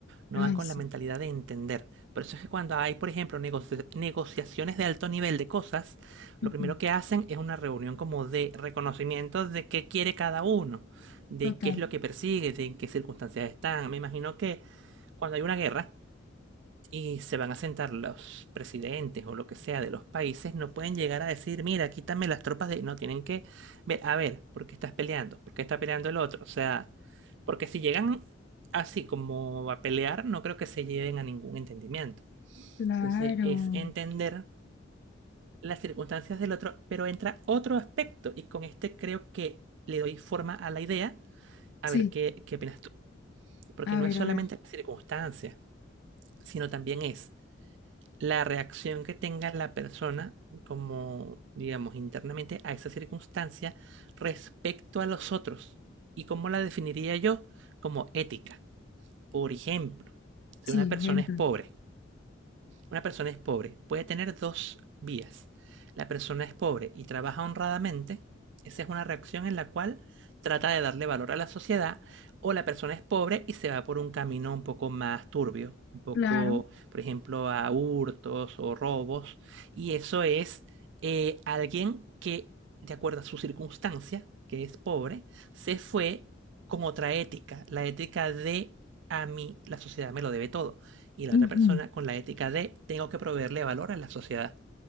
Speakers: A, on the right; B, on the left.
A: No
B: ay,
A: van con
B: sí,
A: la mentalidad de entender. Por eso es que cuando hay, por ejemplo, negoci- negociaciones de alto nivel de cosas, lo
B: ujú,
A: primero que hacen es una reunión como de reconocimiento de qué quiere cada uno, de
B: Total,
A: qué es lo que persigue, de en qué circunstancias están. Me imagino que cuando hay una guerra, y se van a sentar los presidentes o lo que sea de los países, no pueden llegar a decir, mira, quítame las tropas de... No, tienen que ver, a ver, ¿por qué estás peleando? ¿Por qué está peleando el otro? O sea, porque si llegan así como a pelear, no creo que se lleven a ningún entendimiento.
B: claro,
A: Entonces es entender las circunstancias del otro, pero entra otro aspecto y con este creo que le doy forma a la idea, a
B: sí,
A: ver qué, qué opinas tú. Porque
B: a
A: no
B: ver,
A: es solamente
B: a ver,
A: las circunstancias, sino también es la reacción que tenga la persona, como digamos internamente, a esa circunstancia respecto a los otros. ¿Y cómo la definiría yo? Como ética. Por ejemplo, si
B: sí,
A: una persona
B: ejemplo,
A: es pobre una persona es pobre, puede tener dos vías. La persona es pobre y trabaja honradamente, esa es una reacción en la cual trata de darle valor a la sociedad, o la persona es pobre y se va por un camino un poco más turbio, un poco,
B: claro,
A: por ejemplo, a hurtos o robos, y eso es eh, alguien que, de acuerdo a su circunstancia, que es pobre, se fue con otra ética, la ética de a mí la sociedad me lo debe todo y la
B: ujú,
A: otra persona con la ética de tengo que proveerle valor a la sociedad.